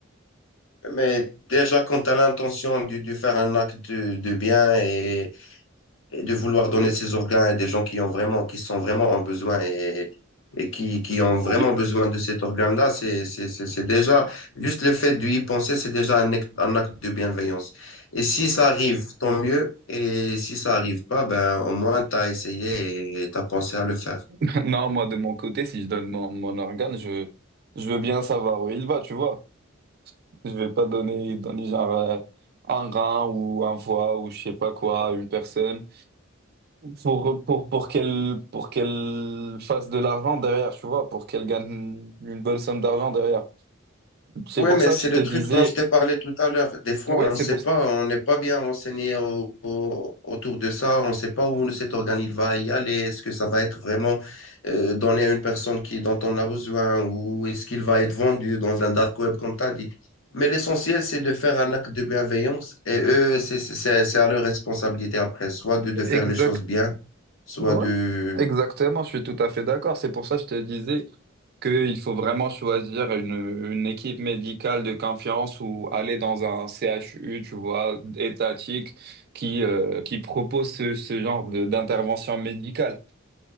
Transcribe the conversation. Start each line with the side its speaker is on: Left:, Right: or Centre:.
Left: Mais déjà, quand tu as l'intention de, de faire un acte de, de bien et et de vouloir donner ses organes à des gens qui ont vraiment, qui sont vraiment en besoin et, et qui, qui ont
Right: Oh,
Left: vraiment
Right: oui.
Left: besoin de cet organe-là, c'est, c'est, c'est c'est déjà, juste le fait d'y penser, c'est déjà un acte, un acte de bienveillance. Et si ça arrive, tant mieux. Et si ça arrive pas, ben, au moins, tu as essayé et tu as pensé à le faire.
Right: <laughs> Non, moi, de mon côté, si je donne mon, mon organe, je, je veux bien savoir où il va, tu vois. Je vais pas donner, donner genre euh, un rein ou un foie ou je sais pas quoi à une personne pour, pour, pour qu'elle pour qu'elle fasse de l'argent derrière, tu vois, pour qu'elle gagne une bonne somme d'argent derrière. C'est
Left: Ouais,
Right: pour
Left: mais
Right: ça
Left: c'est
Right: que je
Left: le
Right: te disais,
Left: truc dont je t'ai parlé tout à l'heure. Des fois,
Right: ouais,
Left: on
Right: c'est
Left: ne sait
Right: pour ça.
Left: pas, on n'est pas bien renseigné au- au- autour de ça. On ne sait pas où cet organisme va y aller. Est-ce que ça va être vraiment euh, donné à une personne qui, dont on a besoin ou est-ce qu'il va être vendu dans un dark web, comme tu as dit. Mais l'essentiel, c'est de faire un acte de bienveillance et eux, c'est c'est- c'est- c'est à leur responsabilité après, soit de, de
Right: Exact,
Left: faire les choses bien, soit
Right: ouais,
Left: de...
Right: exactement, je suis tout à fait d'accord. C'est pour ça que je te disais. qu'il faut vraiment choisir une, une équipe médicale de confiance ou aller dans un CHU, tu vois, étatique, qui, euh, qui propose ce, ce genre de- d'intervention médicale.